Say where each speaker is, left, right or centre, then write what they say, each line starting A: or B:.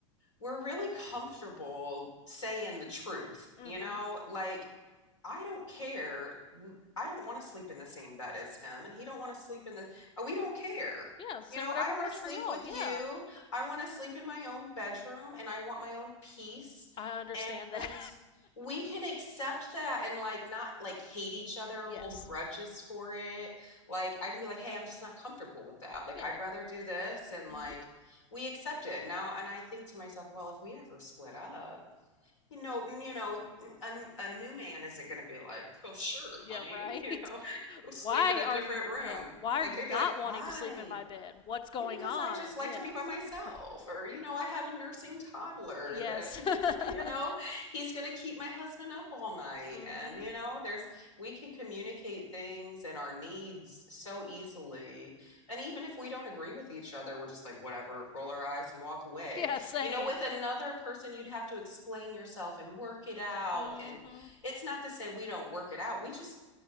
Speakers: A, on the left; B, on the left.
A: we're really comfortable saying the truth,
B: <laughs> mm-hmm.
A: you know? Like, I don't care. I I don't want to sleep in the same bed as him, and he don't want to sleep in the, uh, we don't care.
B: yeah, as
A: You
B: I say,
A: know,
B: whatever
A: I don't
B: works
A: want to sleep
B: for y'all.
A: with
B: Yeah,
A: you. I want to sleep in my own bedroom and I want my own peace.
B: I understand
A: And
B: that.
A: we can accept that and like not like hate each other,
B: <laughs> yes.
A: hold grudges for it. Like I can be like, hey, I'm just not comfortable with that. Like
B: Yeah.
A: I'd rather do this. And
B: Mm-hmm.
A: like we accept it now. And I think to myself, well, if we ever split up, you know, n- you know, n- a, n- a new man isn't going to be like, well, sure, honey,
B: Yeah. Right.
A: <laughs> you know,
B: <laughs>
A: go sleep
B: why
A: in a
B: are
A: different
B: you?
A: room.
B: Yeah. Why are
A: Like
B: you
A: they'd
B: not
A: be like,
B: wanting
A: why?
B: to sleep in my bed? What's going
A: yeah, because
B: on?
A: I just like
B: Yeah.
A: to be by
B: <laughs>
A: myself,
B: Right.
A: or, you know, I have a nursing toddler
B: Yes.
A: that, <laughs>
B: <laughs>
A: you know, he's going to keep my husband up all night.
B: mm-hmm.
A: And, you know, there's, we can communicate things and our needs so easily. And even if we don't agree with each other, we're just like, whatever, roll our eyes and walk away.
B: Yeah. Same.
A: You know, with another person, you'd have to explain yourself and work it out.
B: Mm-hmm.
A: And it's not to say we don't work it out. We just,